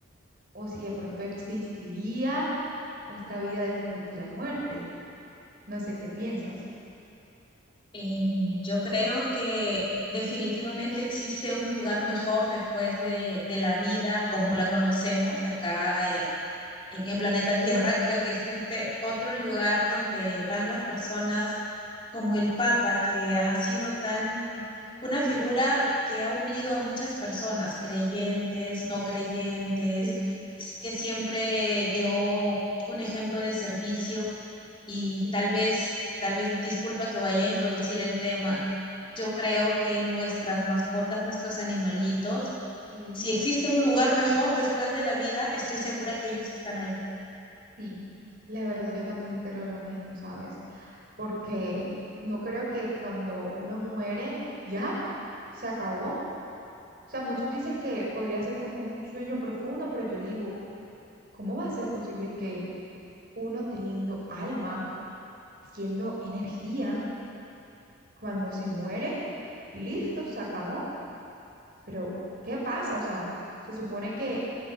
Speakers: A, on the right (about 45°); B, on the left (about 25°).
A: o si de pronto existiría otra vida después de la muerte. No sé qué piensas.
B: Y yo creo que definitivamente existe un lugar mejor después de, de la vida como la conocemos acá en, en el planeta Tierra. Creo que existe otro lugar donde van las personas como el Papa, que ha sido tan una figura que ha unido a muchas personas, creyentes,
A: Sí,
B: no creyentes,
A: sí,
B: que que siempre dio un ejemplo de servicio. y
A: sí,
B: tal vez, tal vez, disculpa que vaya a introducir el tema, yo creo que nuestras mascotas, nuestros animalitos,
A: Sí,
B: si existe un lugar mejor después de la vida, estoy segura que ellos están allí.
A: sí, la verdad yo también creo lo mismo, ¿sabes? Porque no creo que cuando uno muere ya se acabó. O sea, muchos dicen que podría ser como un sueño profundo, pero yo digo, ¿cómo va a ser posible que uno teniendo alma, siendo energía? Cuando se muere, listo, se acabó. Pero, ¿qué pasa? O sea, se supone que